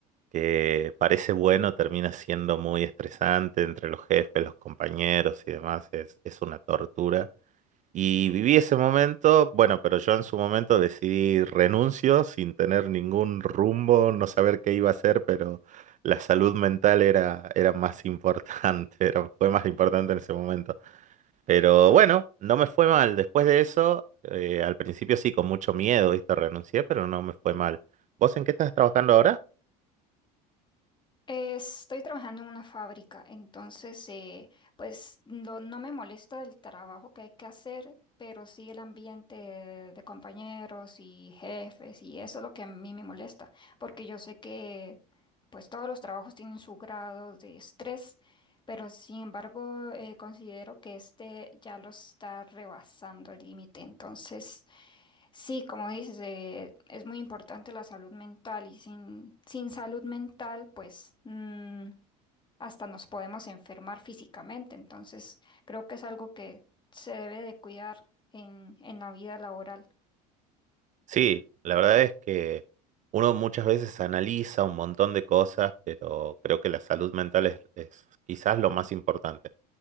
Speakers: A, on the right; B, on the left.
A: que parece bueno termina siendo muy estresante entre los jefes, los compañeros y demás, es, es una tortura. Y viví ese momento, bueno, pero yo en su momento decidí renuncio sin tener ningún rumbo, no saber qué iba a hacer, pero la salud mental era, era más importante, <laughs> era, fue más importante en ese momento. Pero bueno, no me fue mal. Después de eso, eh, al principio sí, con mucho miedo, ¿viste? Renuncié, pero no me fue mal. ¿Vos en qué estás trabajando ahora?
B: Eh, Estoy trabajando en una fábrica, entonces eh, pues no, no me molesta el trabajo que hay que hacer, pero sí el ambiente de compañeros y jefes y eso es lo que a mí me molesta, porque yo sé que pues todos los trabajos tienen su grado de estrés, pero sin embargo eh, considero que este ya lo está rebasando el límite, entonces Sí, como dices, eh, es muy importante la salud mental y sin, sin salud mental, pues mm, hasta nos podemos enfermar físicamente. Entonces, creo que es algo que se debe de cuidar en, en la vida laboral.
A: Sí, la verdad es que uno muchas veces analiza un montón de cosas, pero creo que la salud mental es, es quizás lo más importante,